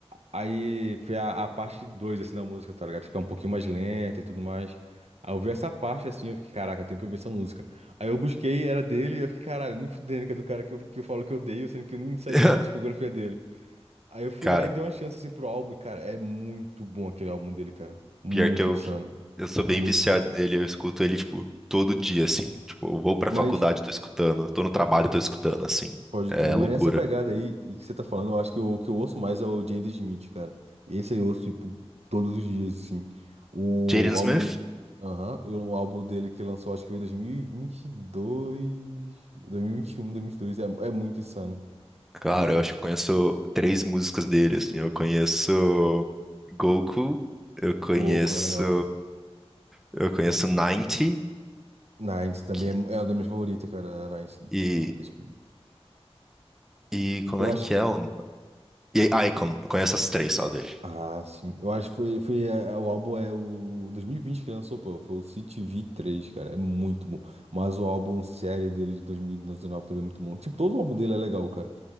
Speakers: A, on the right (about 75°); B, in the centre.
A: Aí foi a, a parte 2 assim, da música, tá ligado? Tipo, é um pouquinho mais lenta e tudo mais. Aí eu vi essa parte, assim, eu fiquei, caraca, tem tenho que ouvir essa música. Aí eu busquei, era dele, e eu fiquei, caralho, nem fudendo, que é do cara que eu, que eu falo que eu odeio, sendo que eu nem sabia
B: <laughs>
A: se a discografia dele. Aí eu fui
B: Cara,
A: lá e dei uma chance, assim, pro álbum, e, cara, é muito bom aquele álbum dele, cara. Muito
B: pior que eu
A: insano,
B: Eu sou bem
A: muito
B: viciado
A: insano.
B: nele, eu escuto ele, tipo, todo dia, assim. Tipo, eu vou pra
A: Mas
B: faculdade, tô escutando, eu tô no trabalho, tô escutando, assim.
A: Pode
B: É
A: crer,
B: loucura.
A: mas nessa pegada aí e que você tá falando, eu acho que o que eu ouço mais é o James Smith, cara. Esse aí eu ouço, tipo, todos os dias, assim. O
B: Jaden Smith?
A: álbum. Aham, eu- o álbum dele que lançou, acho que foi em 2022. 2021, 2022. É, é muito insano.
B: Cara,
A: E
B: eu acho que eu conheço três músicas dele, assim. Eu conheço Goku, eu conheço,
A: Goku é legal.
B: eu conheço 90
A: Nines também
B: que-
A: é, é uma das minhas favoritas, cara. a Nines.
B: e,
A: É, tipo,
B: e como
A: eu
B: é
A: acho
B: que é? o- E Icon, eu conheço as três só dele.
A: Ah, sim. Eu acho que foi, foi é, o álbum é o 2020 que lançou, pô. Foi o CTV três, cara. É muito bom. Mas o álbum série dele de 2019 também é muito bom. Tipo, todo o álbum dele é legal, cara.